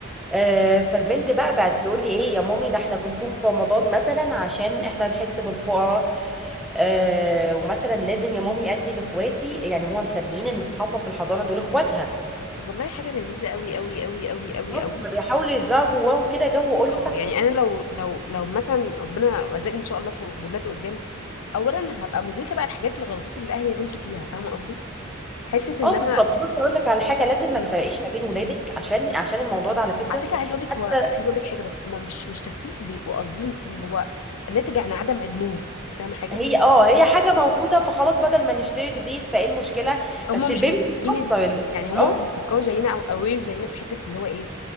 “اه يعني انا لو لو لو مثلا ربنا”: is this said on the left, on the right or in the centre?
Left